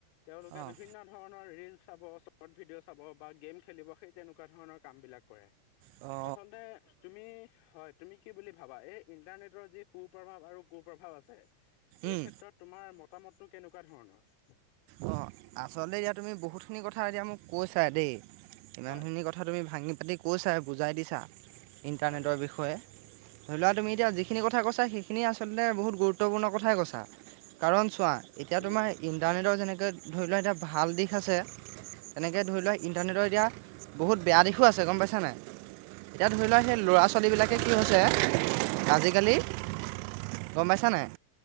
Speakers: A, on the left (about 45°); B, on the right (about 45°).
A: তেওঁলোকে
B: অঁ
A: বিভিন্ন ধৰণৰ ৰীল চাব, শ্বৰ্ট ভিডিঅ' চাব বা গেম খেলিব সেই তেনেকুৱা ধৰণৰ কামবিলাক কৰে।
B: অ
A: আচলতে তুমি হয় তুমি কি বুলি ভাবা, এই ইণ্টাৰনেটৰ যি সু প্ৰভাৱ আৰু কুপ্ৰভাৱ আছে এই
B: উম
A: ক্ষেত্ৰত তোমাৰ মতামতটো কেনেকুৱা ধৰণৰ?
B: অঁ আচলতে এতিয়া তুমি বহুতখিনি কথা এতিয়া মোক কৈছা দেই, ইমানখিনি
A: হয়,
B: কথ কথা তুমি ভাঙি পাতি কৈছা, বুজাই দিছা ইণ্টাৰনেটৰ
A: হয়, হয়,
B: বিষয়ে ধৰি লোৱা তুমি এতিয়া যিখিনি কথা কৈছা, সেইখিনি আচলতে বহুত গুৰুত্বপূৰ্ণ কথাই কৈছা। কাৰণ চোৱা, এতিয়া
A: উম,
B: তোমাৰ ইণ্টাৰনেটৰ যেনেকৈ ধৰি লোৱা এটা ভাল দিশ আছে তেনেকৈ ধৰি লোৱা ইণ্টাৰনেটৰ এতিয়া বহুত বেয়া দিশো আছে গম পাইছা নাই? এতিয়া ধৰি লোৱাক সেই ল'ৰা-ছোৱালীবিলাকে
A: হয়,
B: কি
A: হয়,
B: হৈছে,
A: আছে অ,
B: আজিকালি গম পাইছা নাই,